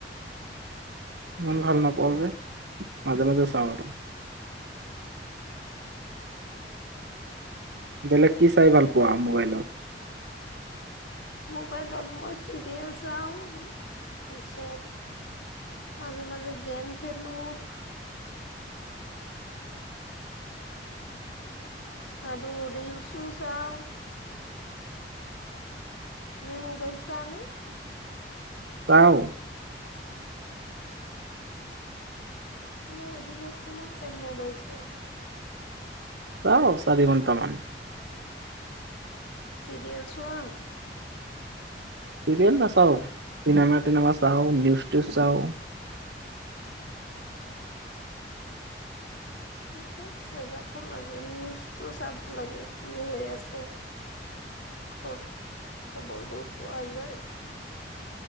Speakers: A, on the right; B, on the left.
A: ইমান ভাল নাপাও যে, মাজে মাজে চাওঁ আৰু বেলেগ কি চাই ভাল- পোৱা মোবাইলত
B: মোবাইলত মই চিৰিয়েল চাওঁ তাৰপিছত মাজে মাজে গেম খেলোঁ আৰু ৰীলচো চাওঁ তুমি মোবাইল চোৱা নে
A: ৱাওঁ
B: এনে এদিনত কিমান টাইম মোবাইল চোৱা
A: চাওঁ চাৰি ঘন্টামান
B: চিৰিয়েল চোৱা
A: চিৰিয়েল না চাও চিনেমা টিনেমা চাও। নিউজটো চাওঁ
B: ঠিকে আছে যাব লাগে নিউজটো চাব লাগে কি হৈ আছে শেষত খবৰবোৰ পোৱা যায়